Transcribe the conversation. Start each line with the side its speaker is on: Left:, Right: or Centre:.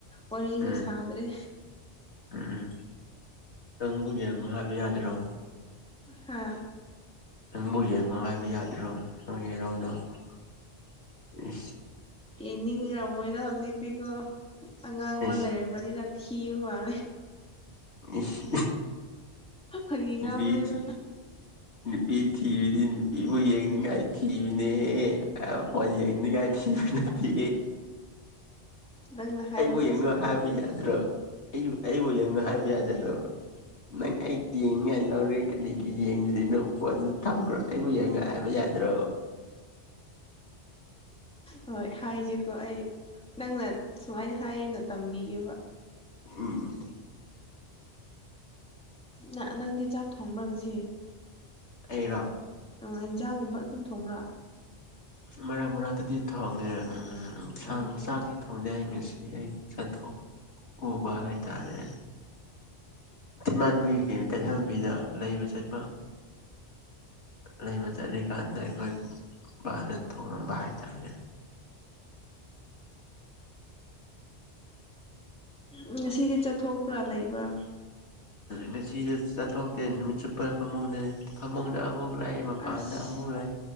Centre: ꯋꯥꯔꯤꯁꯨ
Left: ꯎꯝ
Centre: ꯁꯥꯗ꯭ꯔꯦ
Left: ꯎꯝ ꯎꯝ ꯅꯪꯕꯨ ꯌꯦꯡ ꯎꯝ ꯍꯥꯏꯕ ꯌꯥꯗ꯭ꯔꯣ꯫
Centre: ꯍꯥ
Left: ꯅꯪꯕꯨ ꯌꯦꯡꯉꯣ ꯍꯥꯏꯕ ꯌꯥꯗꯔꯣ꯫ <unintelligible> ꯏ
Centre: ꯏꯅꯤꯡ ꯔꯃꯣꯏꯗ ꯍꯧꯖꯤꯛꯇꯤꯀꯣ ꯑꯉꯥꯡ ꯑꯃ
Left: ꯏꯁ
Centre: ꯂꯩꯔꯕꯅꯤꯅ ꯊꯤꯕ ꯃꯥꯜꯂꯦ꯫
Left: ꯏꯁ
Centre: ꯐꯥꯒꯤ
Left: ꯅꯨꯄꯤ
Centre: ꯉꯥꯡꯕꯅꯤꯅ
Left: ꯊꯤ ꯅꯨꯄꯤ ꯊꯤꯕꯤꯗꯤ ꯅꯨꯄꯤꯕꯨ ꯌꯦꯡꯅꯤꯡꯉꯥꯏ ꯊꯤꯕꯅꯦ ꯍꯦ ꯐꫭꯟ ꯌꯦꯡꯅꯤꯡꯉꯥꯏ ꯊꯤꯕ ꯅꯠꯇꯦ꯫
Centre: ꯅꯪꯅ ꯍꯥꯏꯕꯁꯤꯁꯨ
Left: ꯑꯩꯕꯨ ꯌꯦꯡꯉꯨ ꯍꯥꯏꯕ
Centre: ꯆꯨꯝꯃꯦ
Left: ꯌꯥꯗ꯭ꯔꯣ ꯑꯩꯕꯨ ꯌꯦꯡꯉꯨ ꯍꯥꯏꯕ ꯌꯥꯗ <unintelligible> ꯅꯪ ꯑꯥꯏꯇ ꯌꯦꯅꯤꯡꯉꯥꯏ ꯂꯧꯔꯤꯛ ꯀꯔꯤꯒꯤ ꯌꯦꯡꯗ꯭ꯔꯤꯅꯣ ꯄꯣꯟꯗꯨ ꯊꯝꯈ꯭ꯔꯣ ꯑꯩꯕꯨ ꯌꯦ ꯉꯥꯏ ꯍꯥꯏꯕ ꯌꯥꯗ꯭ꯔꯣ
Centre: ꯍꯣꯏ ꯍꯥꯏꯒꯦꯀꯣ ꯑꯩ꯫ ꯅꯪꯅ ꯁꯨꯃꯥꯏꯅ ꯍꯥꯏꯌꯦꯅ ꯇꯝꯕꯤꯒꯦꯕ꯫
Left: ꯎꯝ ꯎ
Centre: ꯅ ꯅꯪꯗꯤ ꯆꯥꯛ ꯊꯣꯡꯕ꯭ꯔꯉꯁꯤ꯫
Left: ꯑꯩꯔꫭ꯫
Centre: ꯑꯣ ꯏꯟꯖꯥꯡꯒꯨꯝꯕ ꯑꯗꯨꯝ ꯊꯣꯡꯕ꯭ꯔꯥ꯫
Left: ꯃꯔꯛ ꯃꯔꯛꯇꯗꯤ ꯊꯣꯡꯉꯦ
Centre: ꯎꯝ
Left: ꯁꯪ ꯆꯥꯛꯇꯤ ꯊꯣꯡꯗꯦ ꯍꯥꯏ ꯉꯁꯤ ꯑꯩ ꯆꯠꯊꯣꯛ ꯎꯕ ꯍꯥꯏꯇꯥꯔꯦ꯫ ꯗꯤꯃꯥꯟꯕꯒꯤ ꯑꯩꯈꯒꯤ ꯀꯩꯊꯦꯜꯕꯤꯗ ꯂꯩꯕ ꯆꯠꯄ ꯂꯩꯕ ꯆꯠꯂꯤꯀꯥꯟꯗ ꯑꯩꯈꯣꯏ ꯃꯥꯅ ꯊꯣꯡꯉꯝꯕ ꯍꯥꯏꯇꯥꯔꯦ
Centre: ꯎꯝ ꯉꯁꯤꯗꯤ ꯆꯠꯊꯣꯛꯄ꯭ꯔꯥ ꯂꯩꯕ꯭ꯔꯥ꯫
Left: ꯉꯁꯤꯁꯨ ꯆꯠꯊꯣꯛꯇꯦ ꯅꯨꯃꯤꯠ ꯆꯨꯞꯄ ꯐꯃꯨꯡꯗ ꯐꯃꯨꯡꯗ ꯑꯃꯨꯛ ꯂꯥꯛ ꯃꯄꯥꯟꯗ
Centre: ꯑꯁ
Left: ꯑꯃꯨꯛ ꯂꯥꯛ